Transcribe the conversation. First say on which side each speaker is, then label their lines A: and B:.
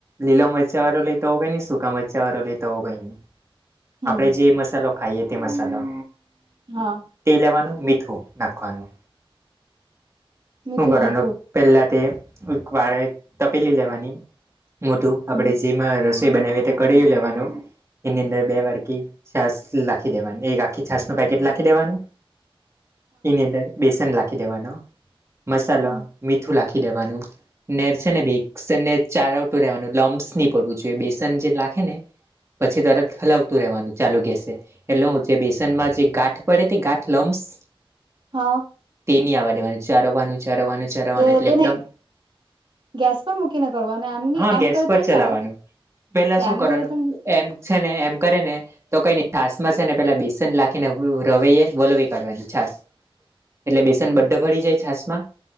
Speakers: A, on the right (about 30°); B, on the right (about 55°).
A: લીલા મરચાવાળો લેતા હોય તો હો કઈનઈ સૂકા મરચાવાળો લેતા હોય તો હો કઈનઈ.
B: હમ
A: આપડે જે મસાલો ખાઈએ તે મસાલા.
B: હા.
A: તે લેવાનું મીઠું નાખવાનું.
B: મીઠું
A: શું કરવાનું
B: નાયખું
A: પહેલા તે એક વાળે તપેલી લેવાની મોધું
B: હમ
A: આપણેે જેમાં રસોઈ બનાવીએ તે કળી લેવાનું એની અંદર બે વાટકી છાશ લાખી દેવાની એક આખી છાશ નું પેકેટ લાખી દેવાની.
B: <inaudible>
A: એની અંદર બેસન લાખી દેવાનો મસાલા
B: હમ
A: મીઠું લાખી દેવાનું નેર છે ને બેસનને ચારા ઉટું રહેવાનું લમ્સ ની પડવું જેવી બેસન જે લાખે ને પછી તારે ફલાવતું રહેવાનું ચાલુ ગસે. એટલે જે બેસનમાં જે ગાંઠ પડે તે ગાંઠ લમ્સ.
B: હા હા.
A: તે ની આવવા દેવાનું ચારવાનું ચારવાનું ચારવાનું
B: તે
A: એટલે
B: તેને
A: એકદમ
B: ગેસ પર મૂકીને કરવાનું એમની
A: હા
B: એમ
A: ગેસ
B: કરે
A: પર
B: તો ની
A: ચલાવવાનું
B: ચાલે?
A: પેલા શું
B: એમ
A: કરવાનું
B: કરે તો
A: એમ છે ને એમ કરે ને તો કઈનઈ છાશમાં છે ને પેલા બેસન લાખીને રવે વલવી કાઢવાની છાશ.
B: <inaudible>
A: એટલે બેસન બધા ભરી જાય છાશમાં.